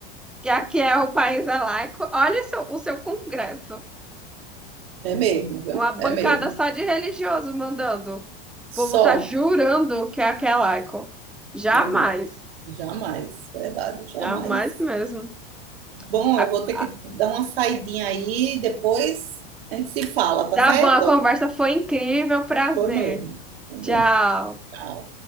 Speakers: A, in the centre; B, on the right.
A: que aqui é o país é laico? Olha o seu o seu congresso.
B: É mesmo, viu?
A: Uma bancada
B: É mesmo.
A: só de religioso mandando. O povo
B: Só,
A: tá jurando que é aquela Icon. Jamais.
B: é mesmo. Jamais, verdade, jamais.
A: Jamais mesmo.
B: Bom,
A: A,
B: eu vou ter que
A: a,
B: dar uma saidinha aí, depois a gente se fala, tá
A: tá
B: certo?
A: bom, a conversa foi incrível. Prazer.
B: Foi mesmo, também.
A: Tchau.
B: Ah,